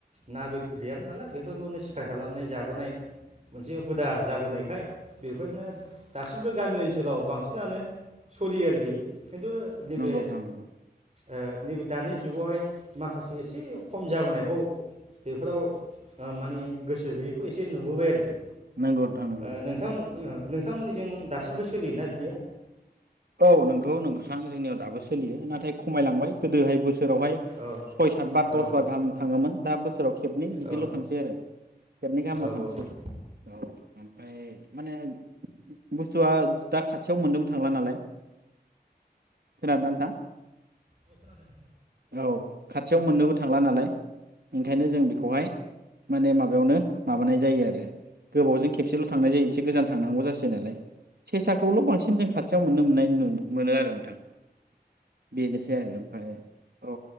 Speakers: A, on the right; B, on the right.
A: ना, बेदर गैयामोन नालाय बेफोरखौनो सिखार
B: औ
A: खालामनाय जाबोनाय मोनसे हुदा जाबोनायखाय बेफोरनो दासिमबो गामि ओनसो लाव बांसिनानो सोलियो आरोखि। खिन्थु नैबे
B: नंगौ नोंथां नंगौ
A: ओ नैबे दानि जुगावहाय माखासे एसे खम जाबोनायखौ बेफोराव माने गोसो गैयैखौ एसे नुबोबाय आरोखि।
B: नंगौ नोंथां नंगौ
A: ओ नोंथां
B: नंगौ।
A: ओ नोंथांमोननिजों दासिमबो सोलियोना बिदिया?
B: औ नंगौ नोंथां जोंनियाव दाबो सोलियो नाथाय खमायलांबाय गोदोहाय बो सोरावहाय
A: औ
B: सय सात बार
A: औ
B: दस बार गाहाम थाङोमोन दा बोसोराव खेबनै बिदिल'
A: औ
B: थांसै आरो। खेबनै गाहामल'
A: औ
B: थांसै
A: औ
B: औ। ओमफाय माने बुस्थुआ दा खाथियाव मोननोबो थांला नालाय। खोनादोंना नोंथां?
A: औ खोनादों।
B: औ खाथियाव मोननोबो थांला नालाय ओंखायनो जों बेखौहाय माने माबायावनो माबानाय जायो आरो गोबावजों खेबसेल' थांनाय जायो एसे गोजान थांनांगौ जासै नालाय सेसाखौल' बांसिन जों खाथियाव मोननो मोननाय मोनो आरो नोंथां। बेनोसै आरो ओमफाय औ